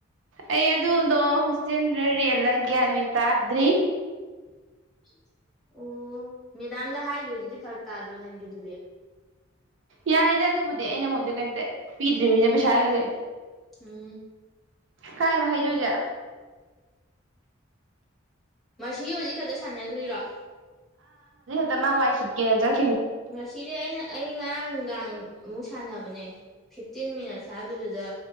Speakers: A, on the right; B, in the centre.
A: ꯑꯩ ꯑꯗꯨꯗꯣ ꯍꯣꯁꯇꯦꯜꯂ ꯔꯦꯟꯔ ꯒꯤ꯭ꯌꯥꯟ ꯃꯦꯟ ꯇꯥꯗ꯭ꯔꯤ
B: ꯁꯤ ꯑꯣ ꯃꯤ ꯃꯦꯗꯥꯝꯗ ꯍꯥꯏꯈꯤꯕꯗꯨꯗꯤ ꯐꯔꯛ ꯇꯥꯗ꯭ꯔꯣ ꯅꯪꯒꯤ ꯑꯗꯨꯗꯤ
A: ꯌꯥꯅꯤꯗ ꯑꯗꯨꯕꯨꯗꯤ ꯑꯩꯅ ꯃꯣꯏꯗꯣ ꯀꯩꯝꯇ ꯄꯤꯗ꯭ꯔꯤꯕꯅꯤꯅ ꯁꯥꯒꯖꯦ
B: ꯎꯝ
A: ꯀꯥꯏꯅꯣ ꯍꯥꯏꯗꯣꯏꯁꯦ
B: ꯃꯁꯤ ꯍꯧꯖꯤꯛ ꯈꯛꯇ ꯁꯥꯟꯅꯈ꯭ꯔꯤꯔꯣ
A: ꯗ ꯃꯥ ꯋꯥꯏ ꯁꯤꯠꯀꯦꯅꯦ ꯆꯠ
B: ꯅꯁꯤꯗꯤ ꯑꯩꯅ ꯑꯩ ꯑꯉꯔꯥꯡ ꯅꯨꯡꯗꯥꯡ ꯑꯃꯨꯛ ꯁꯥꯟꯅꯕꯅꯦ ꯐꯤꯐꯇꯤꯟ ꯃꯤꯅꯠꯁ ꯍꯥꯏꯕꯗꯨꯗ